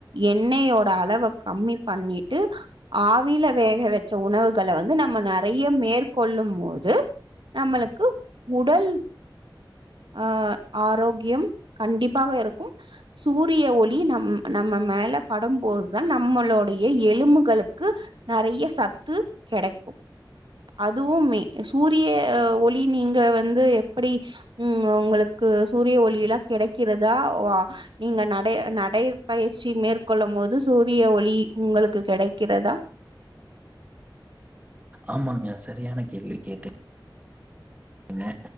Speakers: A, on the right (about 70°); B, on the right (about 20°).
A: எண்ணையோட அளவ கம்மி பண்ணிட்டு ஆவில வேக வச்ச உணவுகள வந்து நம்ம நிறய மேற்கொள்ளும் மோது நம்மளுக்கு உடல் ஆ ஆரோக்கியம் கண்டிப்பாக இருக்கும் சூரிய ஒளி நம் நம்ம மேல படும்போதுதா நம்மளோடய எலும்புகளுக்கு நெறய சத்து கெடைக்கு அதுவுமே சூரிய ஒளி நீங்க வந்து எப்டி உங்க க்கு சூரிய ஒளியல்லா கெடைக்கிறதா வா நீங்க நடய நட நடைபயிற்சி மேற்கொள்ளும் போது சூரிய ஒளி உங்களுக்கு கெடைக்கிறதா
B: ஆமாங்க சரியான கேள்வி கேட்டி டிங்க